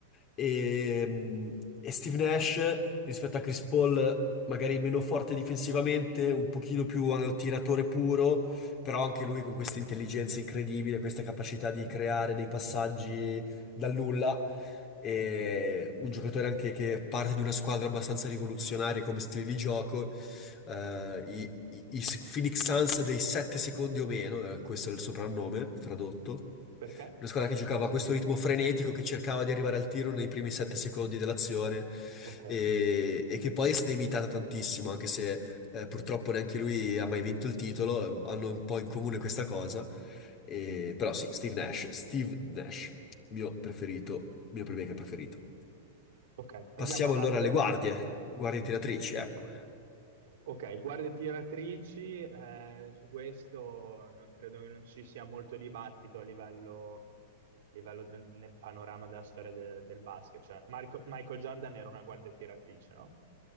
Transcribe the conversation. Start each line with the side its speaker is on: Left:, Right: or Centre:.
Left: E, mh, e Steve Nash rispetto a Chris Paul, magari meno forte difensivamente, un pochino più eh, tiratore puro, però anche lui con questa intelligenza incredibile, questa capacità di creare dei passaggi dal nulla e
Right: Mm.
Left: un giocatore anche che parte di una squadra abbastanza rivoluzionaria come stile di gioco, eh, i, i- i Phoenix Suns dei 7 secondi o meno, eh, questo è il soprannome tradotto.
Right: perché?
Left: Una squadra che giocava
Right: Cosa significa?
Left: a questo ritmo frenetico, che cercava di arrivare al tiro nei primi 7 secondi dell'azione
Right: Ok,
Left: e, e che poi è stata imitata tantissimo, anche se eh, purtroppo neanche lui ha mai vinto il titolo, hanno un po' in comune questa cosa. E- però sì, Steve Nash, Steve Nash, mio preferito, mio playmaker preferito.
Right: ok,
Left: Passiamo
Right: andiamo avanti,
Left: allora alle
Right: vai.
Left: guardie, guardie tiratrici, ecco.
Right: Ok, guardie tiratrici, eh, su questo eh, credo che non ci sia molto dibattito a livello, livello nel, nel panorama della storia de- del basket. Cioè, Marco- Michael Jordan era una guardia tiratrice, no?